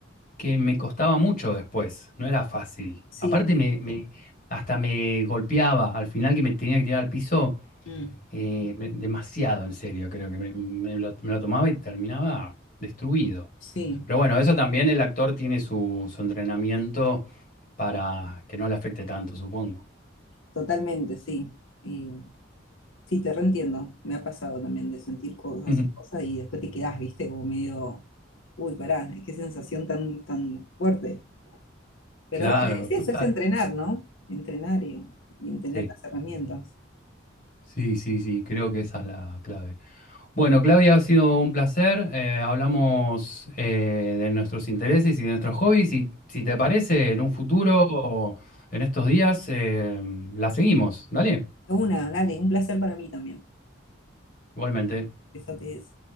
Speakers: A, on the left; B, on the left.
A: que me costaba mucho después, no era fácil.
B: Sí,
A: Aparte me, me- hasta me golpeaba, al final que me tenía que tirar al piso,
B: mm,
A: eh, me- demasiado en serio, creo que me, me lo, me lo tomaba y terminaba destruido.
B: sí,
A: Pero bueno, eso también el actor tiene su, su entrenamiento para que no le afecte tanto, supongo.
B: totalmente, sí. Eh, sí, te reentiendo. Me ha pasado también de sentir cosas,
A: <laughs>
B: cosas y después te quedás, viste, como medio, uy, pará, qué sensación tan, tan fuerte. Pero
A: Claro,
B: bueno, es
A: total.
B: eso, es entrenar, ¿no? Entrenar y, y en tener
A: sí
B: las herramientas.
A: Sí, sí, sí, creo que esa es la clave. Bueno, Claudia, ha sido un placer. eh, hablamos eh, de nuestros intereses y de nuestros hobbies y si te parece, en un futuro o en estos días, eh, la seguimos. Dale,
B: De Una, dale, un placer para mí también.
A: igualmente.
B: Besotes.